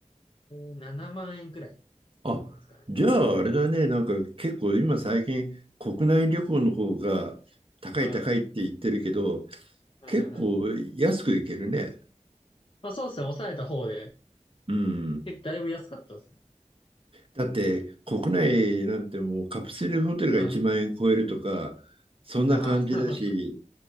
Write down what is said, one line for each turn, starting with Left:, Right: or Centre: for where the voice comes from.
Left: ー、7万円くらいで
Right: あ、
Left: すかね。
Right: じゃああれだね、なんか結構今最近国内旅行の方が高い高いって言ってるけど、
Left: はい。はいはいはい。
Right: 結構安く行けるね。
Left: まあそうですね、抑えた方で、
Right: うん。
Left: えだいぶ安かったですね。
Right: だって国内なんてもうカプセルホテルが1万円超えるとか、
Left: うん。
Right: そんな感じだし、
Left: あー、<laughs>